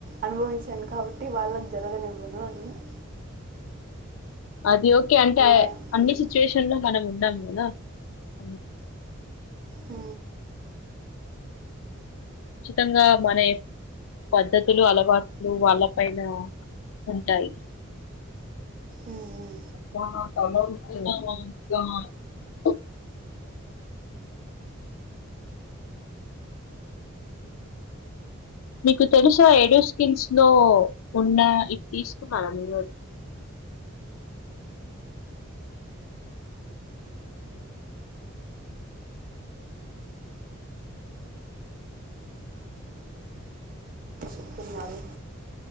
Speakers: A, on the right; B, on the left.
A: అనుభవించాను కాబట్టి వాళ్ళ <unintelligible>
B: అది ఓకే అంటే
A: నా
B: అ అన్ని
A: ఇది
B: సిచ్యుయేషన్ లో మనం ఉండాలి కదా అందుకు
A: ఆ
B: ఖచ్చితంగా మన ఏ పద్ధతులు అలవాట్లు వాళ్ళ పైన ఉంటాయి
A: ఉమ్, ఉమ్
B: వా <unintelligible> మీకు తెలుసా ఏడూ స్కిల్స్ లో ఉన్న ఇవి తీసుకున్నారా మీరోజు
A: సెపండి మరీ